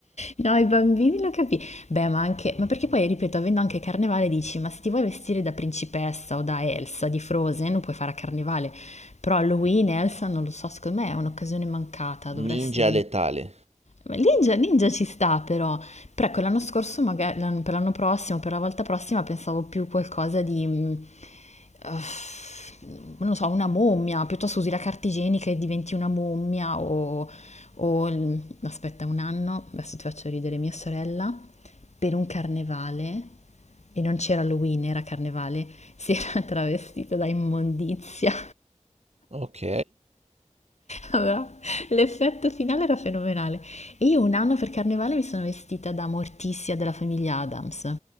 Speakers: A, on the left; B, on the right.
A: No, i bambini lo capì. Beh, ma anche, ma perché poi, ripeto, avendo anche Carnevale dici, ma se ti vuoi vestire da principessa o da Elsa di Frozen, lo puoi fare a Carnevale, però Halloween, Elsa, non lo so, secondo me è un'occasione mancata, dovresti...
B: Ninja letale.
A: Ma Ninja, Ninja ci sta però, però ecco, l'anno scorso, magari, l'anno- per l'anno prossimo, per la volta prossima pensavo più qualcosa di, mm, uff, non lo so, una mummia, piuttosto usi la carta igienica e diventi una mummia o, o il- aspetta un anno, adesso ti faccio ridere mia sorella, per un carnevale, e non c'era Halloween, era carnevale, si era <laughs> travestita da immondizia.
B: Ok.
A: Allora, l'effetto finale era fenomenale. E io un anno per carnevale mi sono vestita da Morticia della famiglia Adams.